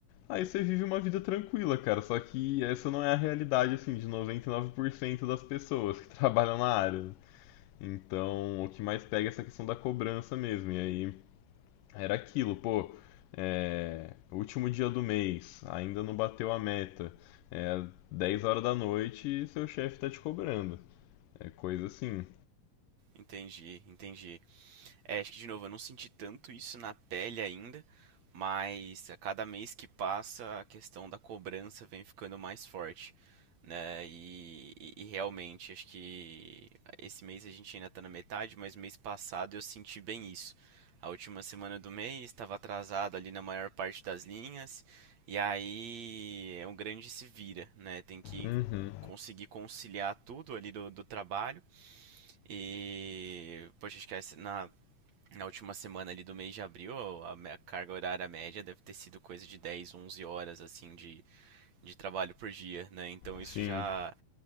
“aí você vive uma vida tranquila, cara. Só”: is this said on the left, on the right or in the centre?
Left